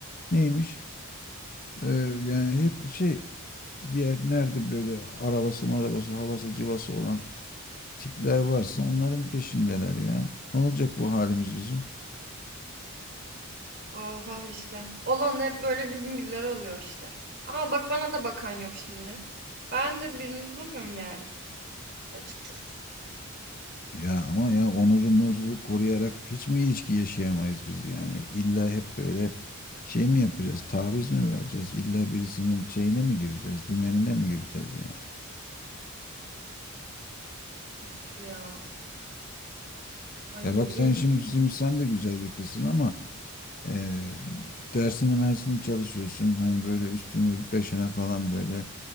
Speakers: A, on the left; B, on the right.
A: Neymiş? Ee, yani hep şey diğer nerede böyle arabası marabası havası civası olan tipler varsa onların peşindeler ya. Ne olacak bu halimiz bizim?
B: Aha işte. Olan da hep böyle bizim gibiler oluyor işte. Ama bak bana da bakan yok şimdi. Ben de birini bulamıyorum yani. Açıkçası.
A: Ya ama ya onurumuzu koruyarak hiç mi ilişki yaşayamayız biz yani? İlla hep böyle şey mi yapacağız? Taviz mi vereceğiz? İlla birisinin şeyine mi gireceğiz? Dümenine mi gireceğiz yani?
B: Of ya. Ay.
A: Ya bak sen şimdi, şimdi sen de güzel bir kızsın ama e, dersini mersini çalışıyorsun. Hani böyle üstünü beşine falan böyle